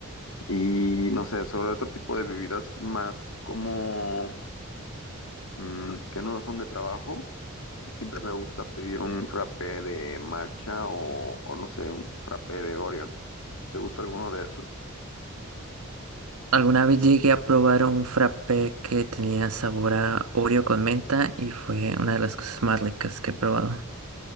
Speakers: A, on the left (about 70°); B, on the right (about 80°).
A: Y no sé, sobre otro tipo de bebidas más como mm, que no son de trabajo, siempre me gusta pedir un frappé de matcha o, o no sé, un frappé de Oreo. ¿Te gusta alguno de esos?
B: Alguna vez llegué a probar un frappé que tenía sabor a Oreo con menta y fue una de las cosas más ricas que he probado.